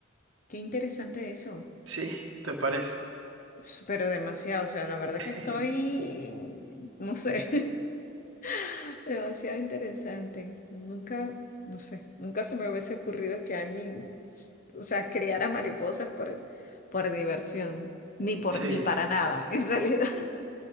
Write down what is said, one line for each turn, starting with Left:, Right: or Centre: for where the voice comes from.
Left: qué interesante eso.
Right: Sí, ¿te parece?
Left: S- Pero demasiado, o sea, la verdad
Right: <laughs>
Left: que estoy, no sé, <laughs> demasiado interesante. Nunca, no sé, nunca se me hubiese ocurrido que alguien, s- o sea, criara mariposas por, por diversión, ni por,
Right: Sí,
Left: ni para
Right: sí,
Left: nada,
Right: sí.
Left: en realidad. <laughs>